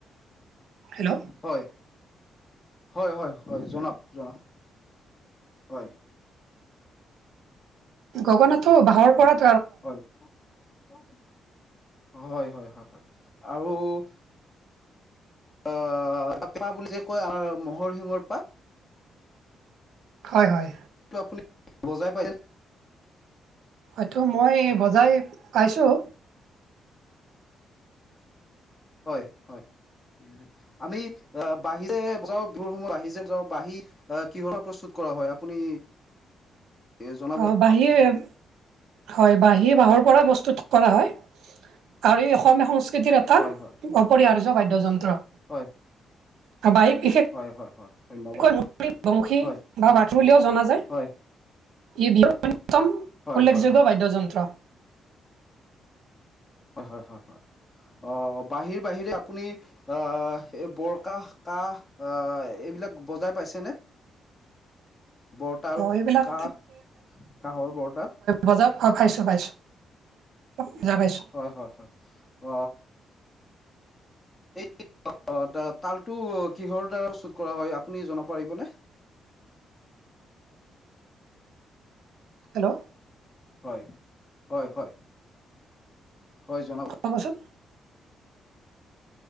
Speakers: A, on the right; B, on the left.
A: হেল্লৌ!
B: হয়ঁ হয়ঁ হয়ঁ হয়ঁ জনাওক জনাওক হয়ঁ।
A: গগনাটো বাঁহৰ পৰত
B: হয়ঁ হয়ঁ হয়ঁ হয়ঁ হয়ঁ আৰু- আহ পেঁপা বুলি যে কয় মহ'ৰ শিঙৰ পেঁপা
A: হয়ঁ হয়ঁ!
B: এইটো আপুনি বজাই পাইছে নে?
A: হয়টো মই বজাই পাইছোঁ।
B: হয়ঁ হয়ঁ ঠিক আছে আমি আহ বাহিৰে যাওঁ বিহুৰ সময়ত বাহি যে যাওঁ বাঁহি। আহ কিহৰে প্ৰস্তুত কৰা হয় আপুনি এ জনাব
A: অ বাহেৰে হয় বাঁহী বাঁহৰ পৰা বস্তুত কৰা হয়। আৰু এই অসমীয়া সং সংস্কৃতিৰ এটা
B: হয় হয়
A: অপৰিহাৰ্য বাদ্যযন্ত্ৰ।
B: হয়
A: ত বাহী বিষেশ
B: হয় হয় হয় ধন্যবাদ
A: কৈ বংশী
B: হয়
A: বা বাথলি বুলিও জনা যায়
B: হয়
A: ই বিহুৰ অন্যতম
B: হয়
A: উল্লেখযোগ্য
B: হয় হয়
A: বাদ্যযন্ত্ৰ
B: হয় হয় হয় হয় অ বাহিৰ বাহিৰে আপুনি আহ এই বৰ কাহ কাহ আহ এইবিলাক বজাই পাইছেনে বৰতাল
A: অ এইবিলাক
B: কাহ কাহৰ বৰতাল
A: বজাৰ অ পাইছো পাইছো বজাৰ পাইছো
B: হয় হয় হয় অ এই তালটো কিহৰ দ্বাৰা প্ৰস্তুত কৰা হয় আপুনি জনাব পাৰিবনে
A: হেল্ল'
B: হয় হয় হয় হয় জনাব
A: ক'ব'চোন